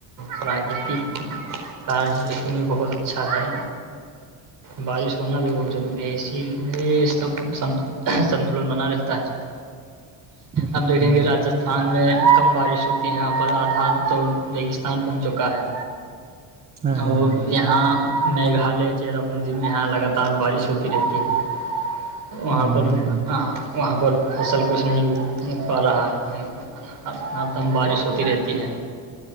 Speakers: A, on the right; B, on the right.
A: پراکرتک کارن ہے لیکن یہ بہت اچھا ہے بارش ہونا بھی بہت ضروری ہے اسی لیے سب دن بنا رہتا ہے
B: ہوں،
A: اب دیکھیں گے راستھان میں کم بارش ہوتی ہیں ب آ تو ریگستان بن چکا ہے
B: ہاں
A: وہ یہاں <unintelligible> میگھالیہ چیر پندی میں یہاں لگاتار بارش ہوتی رہتی ہے وہاں
B: ہوں،
A: پر <unintelligible> وہاں پر فصل کچھ نہیں ا پا رہا ہے ہر دم بارش ہوتی رہتی ہے